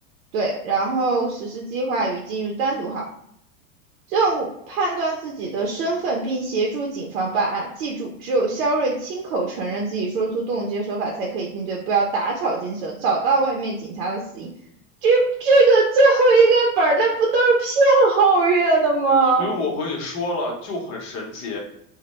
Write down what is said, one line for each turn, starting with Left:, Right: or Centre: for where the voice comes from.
Right: 对，然后实施计划与进入单独号。任务：判断自己的身份并协助警方办案。记住，只有肖瑞亲口承认自己说出冻结手法，才可以定罪。不要打草惊蛇，找到外面警察的死因。这这个最后一个本儿，那不都是骗皓月的吗？
Left: 所以我和你说了，就很神奇。